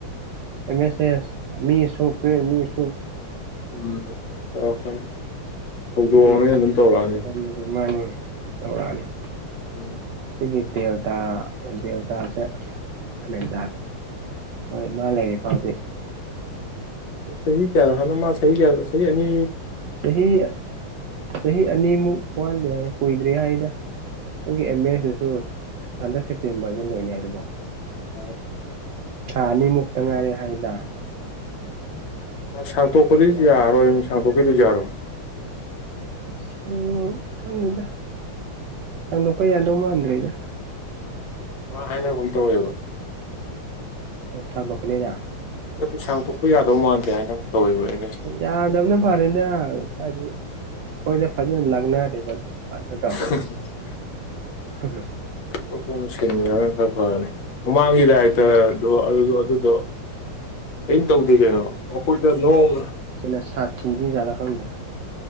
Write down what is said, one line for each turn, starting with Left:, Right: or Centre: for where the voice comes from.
Right: ꯑꯦꯝ ꯑꯦꯁ ꯑꯦꯁ ꯃꯤꯑꯁꯨꯛ ꯀ꯭ꯔꯦꯠ ꯃꯤꯑꯁꯨꯛ
Left: ꯎꯝ ꯇꯧꯔꯛꯀꯅꯤ ꯍꯧꯗꯣꯛꯑꯕꯅꯤꯅ
Right: ꯁꯤꯒꯤ
Left: ꯑꯗꯨꯝ ꯇꯧꯔꯛꯑꯅꯤ
Right: ꯐꯤꯕꯝꯖꯤꯗꯤ ꯃꯥꯅꯤ ꯇꯧꯔꯛꯑꯅꯤ
Left: ꯎꯝ
Right: ꯁꯤꯒꯤ ꯗꯦꯜꯇꯥ ꯗꯦꯜꯇꯥꯥꯁꯦ ꯑꯃꯦꯔꯤꯀꯥꯗꯣ ꯃꯣꯏ ꯏꯃꯥ ꯂꯩꯔꯤꯐꯥꯎꯗꯤ
Left: ꯆꯍꯤ ꯀꯌꯥꯗ ꯍꯥꯠꯂ ꯃꯥ ꯆꯍꯤ ꯀꯌꯥꯗ ꯆꯍꯤ ꯑꯅꯤ
Right: ꯆꯍꯤ ꯆꯍꯤ ꯑꯅꯤꯃꯨꯛ ꯋꯥꯠꯂꯤ ꯍꯥꯏ ꯀꯨꯏꯗ꯭ꯔꯤ ꯍꯥꯏꯗ ꯅꯣꯏꯒꯤ ꯑꯦꯝ ꯑꯦꯁꯤꯁꯨ ꯍꯟꯗꯛ ꯁꯦꯞꯇꯦꯝꯕꯔꯗ ꯂꯣꯏꯅꯤ ꯍꯥꯏꯗ ꯀꯣ
Left: <unintelligible>
Right: ꯊꯥ ꯑꯅꯤꯃꯨꯛꯇ ꯉꯥꯏꯔꯦ ꯍꯥꯏꯗ
Left: ꯃꯥ ꯁꯥꯡꯇꯣꯛꯄꯗꯤ ꯌꯥꯔꯔꯣꯏ ꯁꯥꯡꯇꯣꯛꯀꯤꯗꯤ ꯌꯥꯔꯣꯏ
Right: ꯁꯪ ꯈꯪꯗꯦꯗ ꯁꯪꯗꯣꯛꯄ ꯌꯥꯗꯧ ꯃꯥꯟꯗꯔꯦꯗ
Left: ꯃꯥꯏ ꯍꯥꯏꯅꯒꯨꯝ ꯇꯧꯋꯦꯕ
Right: ꯑꯣ ꯁꯥꯡꯗꯣꯛꯀꯅꯤꯅ
Left: ꯅꯠꯇꯦ ꯁꯥꯡꯗꯣꯛꯄ ꯌꯥꯗꯧ ꯃꯥꯟꯗꯦ ꯍꯥꯏꯅꯒꯨꯝ ꯇꯧꯋꯦꯕ ꯑꯩꯅ
Right: ꯌꯥꯗꯕꯅ ꯐꯔꯦꯗ ꯍꯥꯏꯗꯤ ꯑꯩꯈꯣꯏꯗ ꯐꯖꯅ ꯂꯥꯛꯅꯔꯦꯕ ꯑꯗꯨ ꯐꯖꯗ꯭ꯔꯣ
Left: <unintelligible>
Right: <unintelligible>
Left: ꯑꯇꯣꯞꯄꯃꯥ ꯁꯤꯟꯒ꯭ꯔꯒ ꯈꯔ ꯐꯔꯅꯤ ꯃꯃꯥꯡꯒꯤ ꯗꯥꯏꯔꯦꯛꯇ꯭ꯔ
Right: ꯎꯝ
Left: ꯑꯗꯣ ꯑꯗꯨꯗꯣ ꯑꯗꯨꯗꯣ ꯀꯔꯤꯝ ꯇꯧꯗꯦ ꯀꯩꯅꯣ ꯑꯩꯈꯣꯏꯗ ꯅꯣꯡ
Right: ꯁꯤꯅꯥ ꯁꯥꯥꯊꯤꯗꯨꯏ ꯖꯥꯠꯂ ꯈꯪꯗꯦ